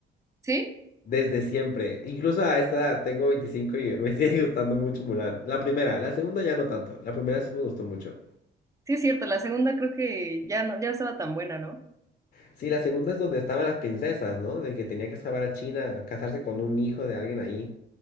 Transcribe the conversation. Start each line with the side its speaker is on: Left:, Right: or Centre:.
Right: Sí,
Left: Desde siempre. Incluso a esta edad, tengo 25 y me <laughs> sigue gustando mucho Mulan. La primera, la segunda ya no tanto. La primera sí me gustó mucho.
Right: sí es cierto, la segunda creo que ya no, ya no estaba tan buena, ¿no?
Left: Sí, la segunda es donde estaban las princesas, ¿no? De que tenía que salvar a China, casarse con un hijo de alguien ahí.